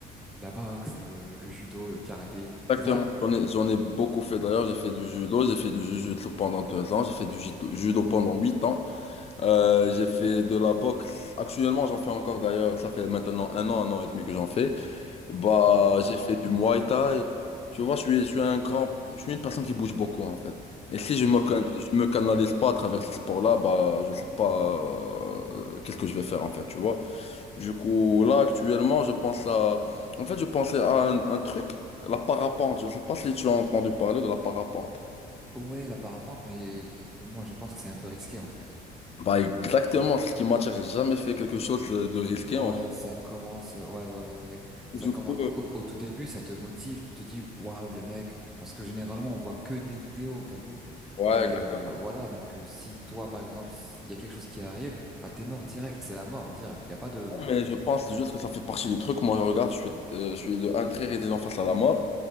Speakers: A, in the centre; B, on the left.
A: la boxe, le, le- le judo, le karaté,
B: exactement...
A: c'est ça?
B: J'en ai, j'en ai beaucoup fait, d'ailleurs. J'ai fait du judo, j'ai fait du jujutsu pendant deux ans, j'ai fait du jito- judo pendant huit ans. Euh, j'ai fait de la boxe. Actuellement, j'en fais encore, d'ailleurs. Ça fait maintenant un an, un an et demi que j'en fais. Bah, j'ai fait du Muay Thai. Tu vois, je suis, je suis un grand, je suis une personne qui bouge beaucoup en fait. Et si je me, can-
A: D'accord.
B: je me canalise pas à travers ces sports-là, bah, je sais pas euh, qu'est-ce que je vais faire en fait, tu vois. Du coup, là actuellement, je pense à, en fait, je pensais à un, un truc, la parapente. Je sais pas si tu as entendu parler de la parapente.
A: Ouais, la parapente, mais moi, je pense que c'est un peu risqué, en fait.
B: Bah, exactement, c'est ce qui m'attire. J'ai jamais fait quelque chose de, de risqué
A: Ouais,
B: en fait.
A: ça commence, ouais, ouais, ouais, ouais. ouais.
B: Du
A: Ça commence,
B: coup, euh,
A: au, au tout début, ça te motive, tu te dis, waouh, le mec, parce que généralement, on voit que des vidéos, t'as vu?
B: ouais,
A: Mais
B: exactement.
A: euh, voilà, donc euh, si toi, par exemple, il y a quelque chose qui arrive, bah, t'es mort direct, c'est la mort direct, il n'y a pas de,
B: Mais je pense juste que ça fait partie du truc. Moi, je regarde, je suis, euh, je suis de un très résilient face à la mort.